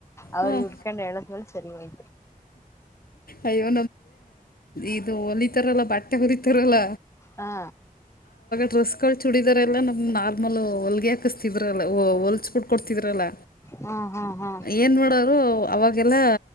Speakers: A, on the left; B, on the left.
A: ಅವರು
B: ಹಾಂ
A: ಹುಡ್ಕೊಂಡಂಡು ಹೇಳಳ್ <unintelligible> ಸರಿಯ್
B: ಅಯ್ಯೋ ಇದು ಹೊಲಿತಾರಲ್ಲ ಬಟ್ಟೆ ಹೊರಿತಾರಲ್ಲ
A: ಹಾ
B: ಡ್ರೆಸ್ಗಳು ಚುಡಿ ಇದರೆಲ್ಲಾ ನಮ್ ನಾರ್ಮಲ್ ಹೊಲಗೆ ಹಾಕಿಸ್ತೀವಿ ಹ ಹೊಲ್ಸ್ಬಿಟ್ಟ ಕೊಡ್ತಿದ್ರಲ್ಲ
A: ಹಾ ಹಾ ಹಾ
B: ಏನ್ ಮಾಡೋರು ಅವಾಗೆಲ್ಲ